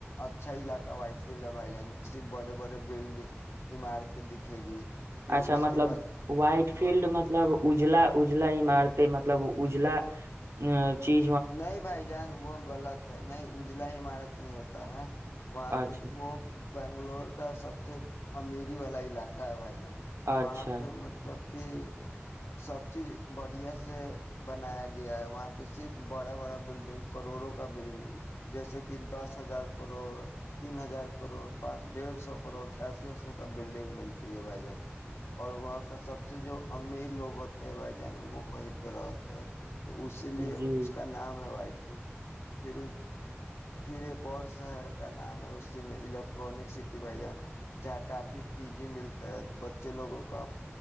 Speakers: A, on the left; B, on the right.
A: اچھا علاقہ وائٹ فیلڈ ہے بھائی جان کرف بڑے بڑے بڈ عمارتیں دکھے گی پھر
B: اچھا
A: اس
B: مطلب
A: کے بعد
B: وائٹ
A: ہاں
B: فیلڈ مطلب اجلا اجلا ہی مارتے مطلب اجلا ا چ <unintelligible>
A: نہیں بھائی جان وہ غلط نہیں اجلا عمارت نہیں ہوتا ہے وہاں پہ
B: اچھا
A: وہ بنگلور کا سب سے امیری والا علاقہ ہے بھائی
B: اچھا
A: وہاں پہ مطلب کہ سب چیز بڑھیا سے بنایا گیا ہے وہاں پہ صرف بڑا بڑا بلڈنگ کروڑوں کا بلڈنگ جیسے کہ دس ہزار کروڑ تین ہزار کروڑ پان ڈیڑھ سو کروڑ ایسے ایسے کا بلڈنگ ملتی ہے بھائی جان اور وہاں کا سب سے جو امیر لوگ ہوتے ہیں بھائی جان وہ وہیں پہ رہتے ہیں تو اسی لیے
B: جی
A: اس کا نام ہے وائٹ پھر پھر پھر ایک اور شہر کا نام ہے اسی میں الیکٹرک سٹی بہ جان جہاں کافی پی جی ملتا ہے بچے لوگوں کا